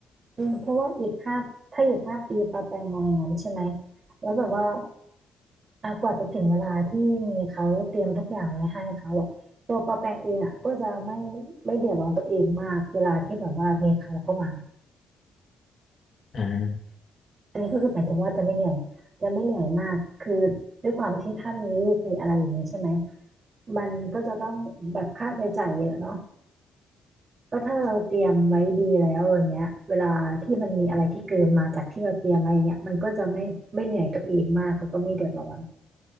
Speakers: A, on the right (about 40°); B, on the left (about 45°).
A: อืมเพราะว่าอีกห้าถ้าอีกห้าปีปาแปงมองอย่างนั้นใช่ไหมแล้วแบบว่าอ่ะกว่าจะถึงเวลาที่มีเขาเตรียมทุกอย่างไว้ให้เขาอ่ะตัวปาแปงเองอ่ะก็จะไม่ไม่เดือดร้อนตัวเองมากเวลาที่แบบว่ามีเขาเข้ามา
B: อ่า
A: อันนี้ก็คือหมายถึงว่าจะไม่เหนื่อยจะไม่เหนื่อยมากคือด้วยความที่ถ้ามีลูกมีอะไรอย่างนี้ใช่ไหมมันก็จะต้องแบบค่าใช้จ่ายเยอะเนาะ ก็ถ้าเราเตรียมไว้ดีแล้วอย่างเงี้ยเวลาที่มันมีอะไรที่เกินมาจากที่เราเตรียมไว้อย่างเงี้ยมันก็จะไม่ไม่เหนื่อยตัวเองมากแล้วก็ไม่เดือดร้อน